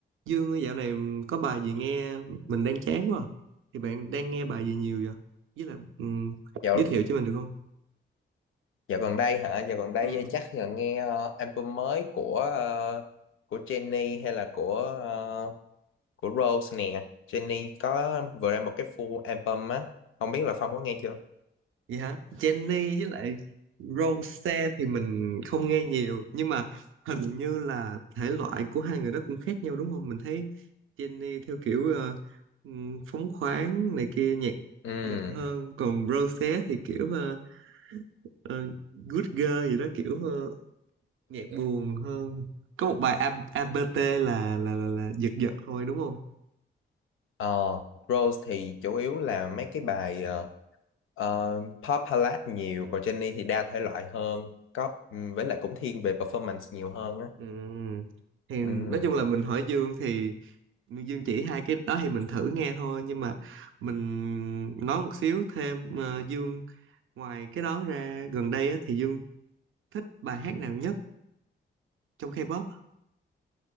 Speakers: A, on the right; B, on the left.
A: Dương ơi, dạo này có bài gì nghe mình đang chán quá à. Thì bạn đang nghe bài gì nhiều vậy? Với lại ừm,
B: Dạo,
A: giới thiệu cho mình được không?
B: dạo gần đây hả? Dạo gần đây
A: Ừm,
B: chắc là nghe ờ, album mới của ờ, của Jennie hay là của ờ, của Rose nè. Jennie có vừa ra một cái full album á. Không biết là Phong có nghe chưa?
A: Vậy hả? Jenny với lại Rose thì mình không nghe nhiều nhưng mà hình như là thể loại của hai người đó cũng khác nhau đúng không? Mình thấy Jenny theo kiểu ờ, ừm, phóng khoáng này kia nhạc
B: Ừ.
A: giật hơn còn Rose thì kiểu ờ, ờ, good girl gì đó kiểu ờ, nhạc buồn hơn có một bài A- ABT là là là, là giật giật thôi đúng không
B: Ờ, Rose thì chủ yếu là mấy cái bài ờ, ờ, pop ballad nhiều, còn Jennie thì đa thể loại hơn, có ừm, với lại cũng thiên về performance nhiều hơn á.
A: Ừm. thì
B: Ừ.
A: nói chung là mình hỏi Dương thì Dương chỉ hai cái đó thì mình thử nghe thôi nhưng mà mình nói một xíu thêm ờ, Dương ngoài cái đó ra gần đây á, thì Dương thích bài hát nào nhất trong K-pop á?